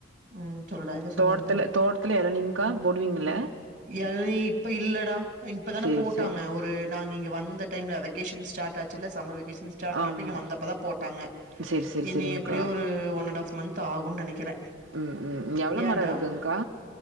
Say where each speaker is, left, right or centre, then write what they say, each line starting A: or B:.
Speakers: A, on the right (about 40°); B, on the right (about 70°).
A: ம் சொல்லுடா எதோ சொல்ல
B: தோட்டத்துல
A: வந்த
B: தோட்டத்துல எளநீங்க்கா போடுவீங்கள
A: எளநி இப்ப இல்லடா இப்பதான
B: சேரி
A: போட்டாங்க
B: சேரி
A: ஒரு நாங்க இங்க வந்த டைம்ல வெக்கேஷன் ஸ்டாட் ஆச்சுல்ல சம்மர் வெகேஷ ன் ஸ்டாட் பண்ணப்போ
B: ஆமா
A: இங்க வந்தப்போதா போட்டாங்க
B: சேரி சேரி
A: இனி
B: சேரிங்க்கா
A: எப்டியோ ஒரு ஒன் அண்ட் ஆஃப் மந்த் ஆகுன் நெனக்கிற
B: ம் ம் எவ்ளோ
A: ஏண்டா
B: மரோ இருக்குங்க்கா